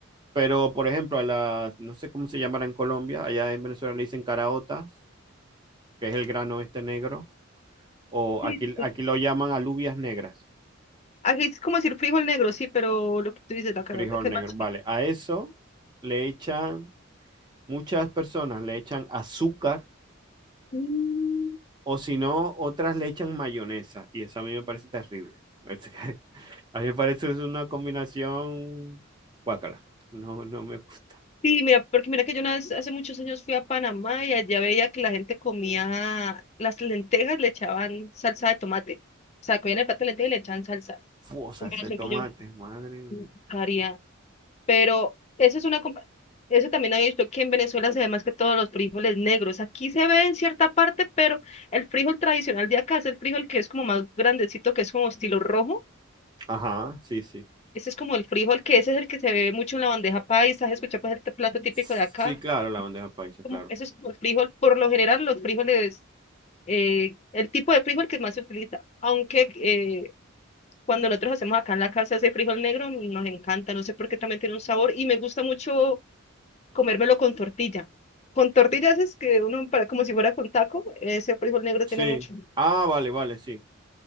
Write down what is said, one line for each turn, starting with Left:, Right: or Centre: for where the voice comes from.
Right: Pero, por ejemplo, a las, no sé cómo se llamará en Colombia, allá en Venezuela le dicen caraotas, que es el grano este negro, o
Left: Sí,
Right: aquí,
Left: sí,
Right: aquí lo llaman alubias negras,
Left: Aquí es como decir frijol negro, sí, pero lo que tú dices, la carota,
Right: frijol
Left: que
Right: negro,
Left: es más chiquita.
Right: vale. A eso le echan, muchas personas le echan azúcar
Left: Mm,
Right: O si no, otras le echan mayonesa y eso a mí me parece terrible. <laughs> A mí me parece que es una combinación guácala. No, no me gusta.
Left: Sí, mira, porque mira que yo una vez, hace muchos años fui a Panamá y allá veía que la gente comía las lentejas, le echaban salsa de tomate. O sea, comían el plato de lentejas y le echaban salsa.
Right: Fua,
Left: Combinación
Right: salsa de tomate,
Left: que yo
Right: madre mía.
Left: nunca haría. Pero eso es una... compa- Eso también había visto que en Venezuela se ve más que todos los frijoles negros. Aquí se ve en cierta parte, pero el frijol tradicional de acá es el frijol que es como más grandecito, que es como estilo rojo
Right: Ajá, sí, sí.
Left: Ese es como el frijol, que ese es el que se ve mucho en la bandeja paisa, ¿has escuchado? Pues, el plato típico
Right: Sí,
Left: de acá.
Right: claro, la bandeja paisa,
Left: Como,
Right: claro.
Left: ese es como el frijol. Por lo general, los frijoles, eh, el tipo de frijol que más se utiliza. Aunque eh, cuando nosotros hacemos acá en la casa ese frijol negro, nos encanta. No sé por qué también tiene un sabor. Y me gusta mucho comérmelo con tortilla. Con tortillas es que uno, para, como si fuera con taco, ese frijol negro
Right: Sí.
Left: tiene mucho.
Right: Ah, vale, vale, sí.